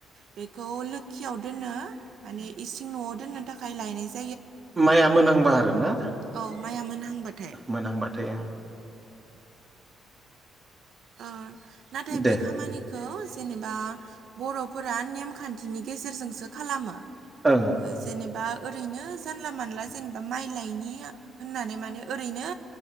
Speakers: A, on the right; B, on the right.
A: बेखौ लोखियाव दोननो माने इसिं न'आव दोननो थाखाय लायनाय जा
B: माइआ मोनहांबा आरो ना?
A: औ माइया मोनहांबाथाय
B: मोनहांबाथाय ओं।
A: ओह नाथाय बे
B: दे
A: खामानिखौ जेनेबा बर'फोरा नेमखान्थिनि गेजेरजोंसो खालामो
B: ओं
A: जेनेबा ओरैनो जानला मानला जेनेबा माइ लायनि होननानै माने ओरैनो